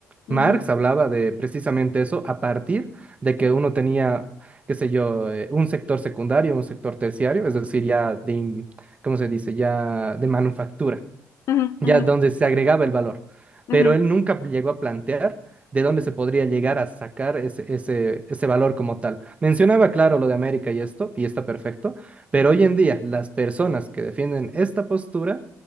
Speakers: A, on the left; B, on the right.
A: ujú,
B: Marx hablaba de precisamente eso a partir de que uno tenía, qué sé yo, eh, un sector secundario, un sector terciario, es decir, ya de, in- ¿cómo se dice? Ya de manufactura
A: ujú,
B: ya
A: ujú,
B: donde se agregaba el valor.
A: ujú.
B: Pero él nunca llegó a plantear de dónde se podría llegar a sacar ese, ese, ese valor como tal. Mencionaba, claro, lo de América y esto, y está perfecto, pero hoy en día las personas que defienden esta postura